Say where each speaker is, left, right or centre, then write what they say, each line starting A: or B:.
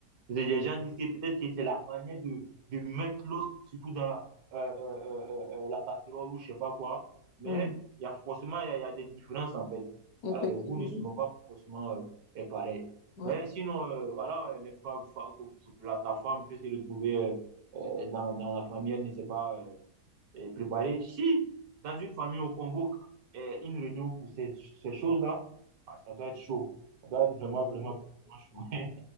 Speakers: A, on the right; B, on the left.
A: Les gens disent que peut-être que c'est la manière de, de mettre l'eau surtout dans la, euh, euh, euh, euh, euh, euh, la casserole ou je sais pas quoi. Mais
B: Hmm.
A: il y a forcément il y a, il y a des différences en fait.
B: Effectivement.
A: Alors, les goûts ne seront pas forcément euh, pareils.
B: Ouais,
A: Mais sinon, euh, voilà, les femmes, fa- la, ta femme peut se retrouver euh, euh, dans, dans la famille, elle ne sait pas euh, préparer. Si dans une famille on convoque euh, une réunion pour ces, ces choses-là, ah, ça doit être chaud. Ça doit être vraiment, vraiment vraiment chaud. <laughs>